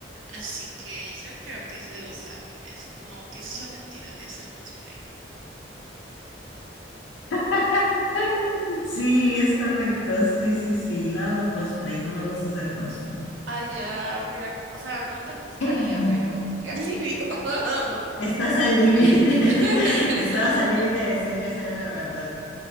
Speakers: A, on the right; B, on the left.
A: así que yo creo que es de los animes. No, que esa es la mentira de hacer cosplay.
B: <laughs> Sí, es correcto. Sí, sí, sí. No hago cosplay, no me gusta hacer cosplay.
A: Ah, ya, mira, o sea, no te juzgaría,
B: <laughs>
A: pero qué alivio. <laughs>
B: Estás al límite.
A: <laughs>
B: <laughs> Estabas al límite de decir que esa era la verdad.